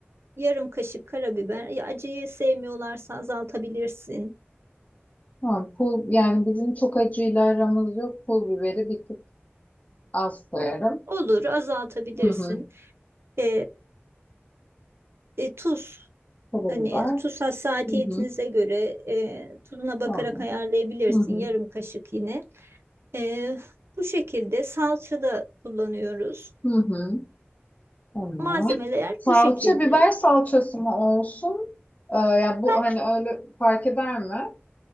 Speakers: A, on the right; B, on the left.
A: Yarım kaşık karabiber. Ya, Acıyı sevmiyorlarsa azaltabilirsin.
B: Tamam, pul yani bizim çok acıyla aramız yok. Pul biberi bir tık az koyarım.
A: Olur azaltabilirsin.
B: Hı hı.
A: E, e, tuz
B: Karabiber.
A: hani tuz hassasiyetinize
B: Hı hı.
A: göre e, tuzuna bakarak
B: Tamam.
A: ayarlayabilirsin
B: Hı hı.
A: yarım kaşık yine. E, bu şekilde salça da kullanıyoruz.
B: Hı hı. Tamam.
A: Malzemeler
B: Salça
A: bu şekilde.
B: biber salçası mı olsun? Ee, ya bu
A: Ben
B: hani öyle fark eder mi?